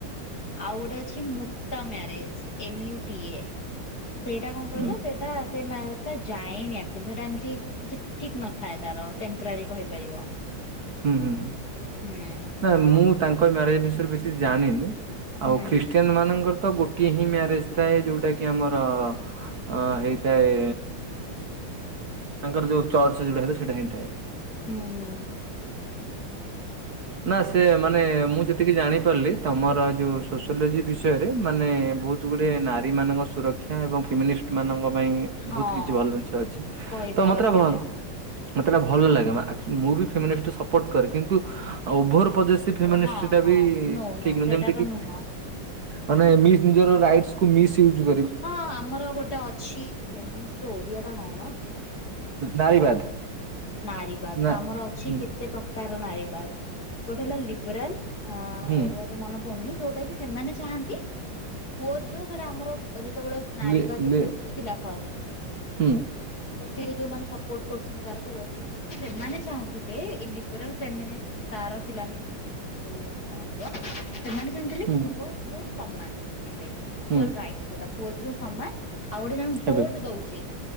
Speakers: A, on the left (about 45°); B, on the right (about 50°).
A: ଆଉ ଗୋଟେ ଅଛି ମୁତା ମ୍ୟାରେଜ ଏମୁଟିଏ। ସେଇଟା କଣ କହିଲ
B: ହୁଁ
A: ସେଇଟା ସେ ମାରେଜ ଟା ଯାଏନି ସେଟା ଏମତି କିଛି ଠିକ ନଥାଏ ତାର ଟେମ୍ପୋରାରୀ କହିପାରିବ।
B: ହୁଁ ହୁଁ
A: ହୁଁ
B: ନା
A: ତ
B: ମୁଁ ତାଙ୍କ ତାଙ୍କ ମ୍ୟାରେଜ ବିଷୟରେ ବେଶି ଜାଣିନି
A: ହୁଁ
B: ଆଉ ଖ୍ରୀଷ୍ଟିୟାନ ମାନଙ୍କର ତ ଗୋଟିଏ ହିଁ ମ୍ୟାରେଜ ଥାଏ ଯୋଉଟା କି ଆମର ଅ ହେଇଥାଏ ତାଙ୍କର ଯୋଉ ଚର୍ଚ୍ଚ ଯୋଉଟା ସେଇଟା ହେଇଥାଏ।
A: ହୁଁ। ହୁଁ
B: ନା ସେ ମାନେ ମୁଁ ଯେତିକି ଜାଣିପାରିଲି ତମର ଯୋଉ ସୋସିଓଲୋଜି ବିଷୟରେ ମାନେ ବହୁତ। ଗୁଡେ ନାରୀ ମାନଙ୍କ ସୁରକ୍ଷା ଏବଂ ଫେମିନିଷ୍ଟ ମାନଙ୍କ ପାଇଁ
A: ହଁ
B: ବହୁତ କିଛି ଭଲ ଜିନିଷ ଅଛି
A: କହିବାର
B: ତ ମତୁରଭନ
A: ସେଇଟା
B: ମତେଟା ଭଲ ଲାଗେ ମୁଁ ବି ଫିଷ୍ଟ ସପୋର୍ଟ କରେ କିନ୍ତୁ ଓଭର ପୋସସେସ ଫେମିନିଷ୍ଟ
A: ହଁ
B: ଟା
A: ହଁ
B: ବି
A: ନୋ
B: ଠିକ
A: ନୋ
B: ନୁହେଁ
A: ସେଇଟା
B: ଯେମିତି
A: ତ
B: କି
A: ନୁହଁ
B: ମାନେ ମିସସ ନିଜର ଋଗଷ୍ଟସ କୁ ମିସସ ଇଉଯ
A: ହଁ ଆମର ଗୋଟେ ଅଛି ଫେମିନିଷ୍ଟ ର ଓଡିଆ ଟା କଣ?
B: ନାରୀବାଦ।
A: ନାରୀିବାଦ
B: ନା
A: ତ ଆମର ଅଛି
B: ହୁଁ
A: କେତେ ପ୍ରକାରର ନାରୀିବାଦ ଗୋଟେ ହେଲା ଲିବରାଲ ହ
B: ହୁଁ
A: ଓଡ଼ିଆ ତ ମନେ ପଡୁନି ଯୋଉଟା କି ସେମାନେ ଚାହାନ୍ତି ଯେ ପୁଅ ଝିଅ ସେଟା ଆମର ଯେତେବେଳେ ନାରୀ
B: ଲେ
A: ବାଦ ଯେତେବେଳେ
B: ଲେ
A: ଉଠିଥିଲା ଫଷ୍ଟ।
B: ହୁଁ
A: ତ ସେଇ ଯୋଉ ମମାନେ ସପୋର୍ଟ କରୁଥିଲେ ତାର ସବୁ ସେମାନେ ଚାହୁଁଥିଲେ ଏ ଲିବରାଲ ଫେମିନିଷ୍ଟ ତାର ଥିଲା। ଯୋଉ ମହତ୍ୱ ସେମାନେ ଚାହୁଁଥିଲେ
B: ହୁଁ
A: ପୁଅ ଝିଅ ସମାନ ହେବେ। ଇକ୍ୱାଲ
B: ହୁଁ
A: ରାଇଟ ଯୋଉଟା ପୁଅ ଝିଅ ସମାନ ଆଉ ଗୋଟେ ଜଣେ
B: ହେବେ
A: ଭୋଟ ଦଉଛେ।